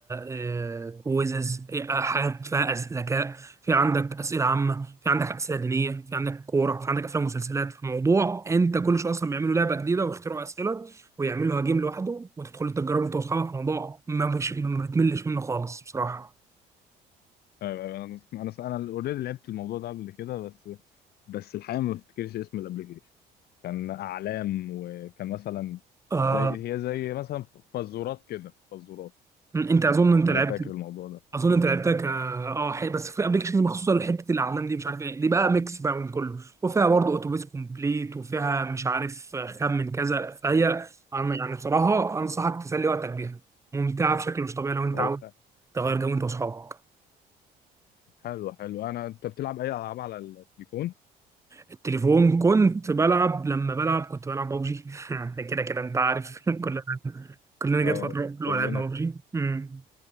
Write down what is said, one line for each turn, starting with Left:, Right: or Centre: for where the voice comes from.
Right: آه، كويزز إيه، آه، حاجات فيها أس- ذكاء في عندك اسئله عامه في عندك اسئله دينيه في عندك كوره في عندك افلام ومسلسلات فموضوع انت كل شويه اصلا بيعملوا لعبه جديده ويخترعوا اسئله ويعمل له جيم لوحده وتدخل تجربه انت واصحابك موضوع ما مش ما بتملش منه خالص بصراحه
Left: ايوه أيوة. انا انا انا اوريدي لعبت الموضوع ده قبل كده بس بس الحقيقه ما بفتكرش اسم الابلكيشن كان اعلام وكان مثلا
Right: آه
Left: زي هي زي مثلا فزورات كده فزورات
Right: انت اظن انت لعبت
Left: انا فاكر الموضوع ده
Right: اظن انت لعبتها ك اه ح- بس في ابلكيشنز مخصوصه لحته الاعلام دي مش عارف ايه دي بقى ميكس بقى من كله وفيها برضه اتوبيس كومبليت وفيها مش عارف خمن كذا فهي أنا يعني بصراحه انصحك تسلي وقتك بيها ممتعه بشكل مش طبيعي لو انت
Left: طب
Right: عاوز تغير جو انت واصحابك
Left: حلو حلو انا انت بتلعب اي العاب على التليفون
Right: التليفون كنت بلعب لما بلعب كنت بلعب ببجي <laughs> كده كده انت عارف <laughs> كلنا كلنا جت
Left: اه
Right: فتره اللي
Left: كلنا
Right: هو لعبنا
Left: كنا-
Right: ببجي امم